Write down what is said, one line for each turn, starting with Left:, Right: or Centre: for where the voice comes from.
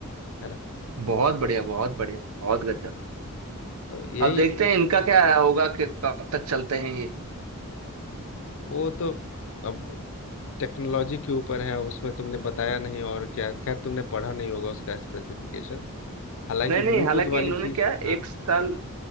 Left: है ना
Right: बहुत बढ़िया बहुत बढ़िया बहुत गजब
Left: तो यही
Right: अब देखते हैं इनका क्या होगा कि कब तक चलते हैं ये
Left: वो तो अब टेक्नोलॉजी के ऊपर है उसमें तुमने बताया नहीं और क्या खैर तुमने पढ़ा नहीं होगा उसका स्पेसिफिकेशन हालांकि
Right: नहीं
Left: ब्लूटूथ
Right: नहीं हालांकि
Left: वाली
Right: इन्होंने
Left: चीज
Right: क्या
Left: हाँ
Right: एक साल